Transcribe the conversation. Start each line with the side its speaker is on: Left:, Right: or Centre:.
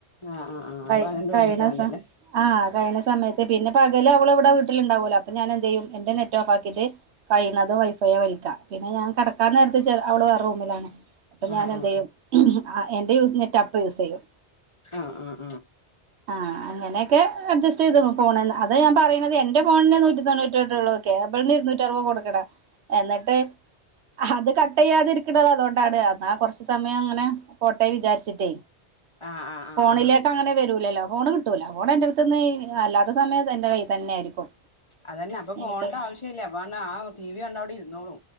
Left: ആഹ് ആഹ് ആഹ് ആഹ് അപ്പൊ
Right: അഹ്
Left: അതണ്ട്
Right: കയ്യണേ
Left: മേടിച്ചാ മതിയല്ലേ
Right: സ ആഹ് കയ്യണേ സമയത്ത് പിന്നെ പകല് അവള് ആഹ് അവൾ വീട്ടുണ്ടാവലോ അപ്പൊ ഞാൻ എന്തയും എന്റെ നെറ്റ് ഓഫ്‌ അകിട്ട് കഴിയുന്നതും വൈഫൈെ വലിക്ക പിന്നെ ഞാൻ കടക്കാൻ നേരത്തെ അവള് വേ റൂമിലാണ് അപ്പൊ ഞാൻ
Left: ആഹ്
Right: എന്ത്
Left: ആഹ്
Right: ചെയ്യും എന്റെ യൂസ് നെറ്റ് അപ്പ യൂസ് ചെയ്യും
Left: ആഹ് ആഹ് ആഹ് ആഹ്
Right: ആഹ് അങ്ങനെയൊക്കെ അഡ്ജസ്റ്റ് ചെയ്ത പൊണു അത ഞാൻ പറയ എന്റെ ഫോണിന് നൂറ്റി തൊണ്ണൂറ്റി എട്ട്ള്ളു കേബിളിന് ഇരുന്നൂറ്റ അറുപത് കൊടുക്കണം എന്നിട്ട് അത് കട്ട് ചെയ്യാതിരിക്കണത് അതുകൊണ്ടാണ് എന്നാ കൊറച്ച സമയം അങ്ങനെ പോട്ടെ വിചാരിച്ചിട്ടേ
Left: ആഹ് ആഹ് ആഹ്
Right: ഫോണില
Left: ആഹ്
Right: അങ്ങനെ വരൂലല്ലോ ഫോണ് കിട്ടൂല ഫോൺ എന്റെ അടുത്ത് നിന്ന് അല്ലാത്ത സമയത്ത് എൻന്റെ കൈൽന്ന ആയിരിക്കും
Left: അതന്നെ അപ്പൊ ഫോണിന്റെ
Right: എനിക്ക്
Left: ആവശ്യല്ലേ അപ്പ ആ ടി വി കണ്ട അവിടെ ഇരുന്നോളൂ